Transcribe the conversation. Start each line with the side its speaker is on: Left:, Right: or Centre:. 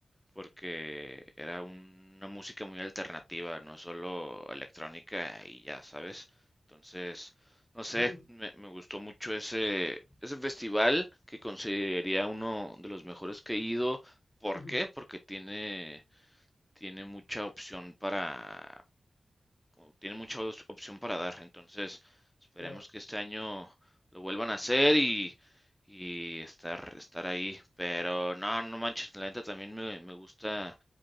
Centre: porque era una música muy alternativa, no solo electrónica y ya, ¿sabes? Entonces, no sé,
Left: ujú,
Centre: me, me gustó mucho ese, ese festival que consideraría uno de los mejores que he ido. ¿Por
Left: ujú,
Centre: qué? Porque tiene, tiene mucha opción para, o tiene mucha os- opción para dar. Entonces, esperemos
Left: Claro.
Centre: que este año lo vuelvan a hacer y, y estar, estar ahí. Pero no, no manches, la neta también me, me gusta